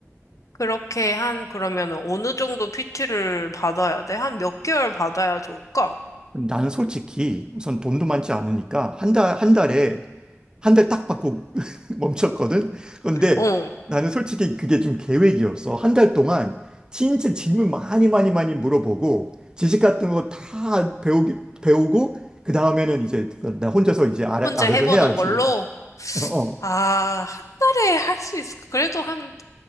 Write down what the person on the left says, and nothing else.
그렇게 한, 그러면 어느 정도 PT를 받아야 돼? 한 몇 개월 받아야 좋을까?
어.
혼자
해보는
걸로?
아, 한 달에 할 수 있을까? 그래도 한